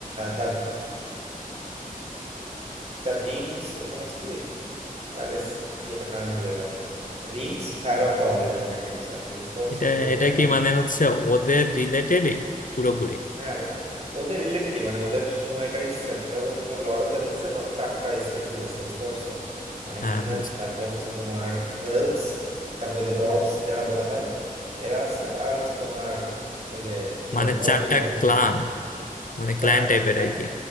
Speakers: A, on the right; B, on the left.
A: দ্য দ্য রিংস এখানে হচ্ছে কি আরে ইয়েটার নামে ভুলে গেলাম রিংস ফায়ার অফ পাওয়ার এরকম একটা কিছু আর কি বুঝতে পারছো
B: এটা
A: যে ওইখানে
B: এটা কি মানে হচ্ছে ওদের রিলেটেডই পুরোপুরি
A: হ্যাঁ ও- ওদের রিলেটেডই মানে ওদের সময়কারী সেলফ ধরো তোমার লর্ড অফ দ্য রিংস এ ধরো চারটা স্পেসিস আছে বুঝতে পারছো মানে
B: হ্যাঁ
A: হিউম্যান
B: বুঝলাম
A: তারপর হচ্ছে তোমার এলভস তারপর ওই যে ডর্ভস যারা বলা হয় এরা আছে আর হচ্ছে তোমার ওই যে কি
B: মানে
A: বলে গবলিনদের
B: চারটা
A: মতো
B: ক্লান মানে
A: চারটা
B: ক্লান টাইপের
A: হ্যাঁ
B: আর কি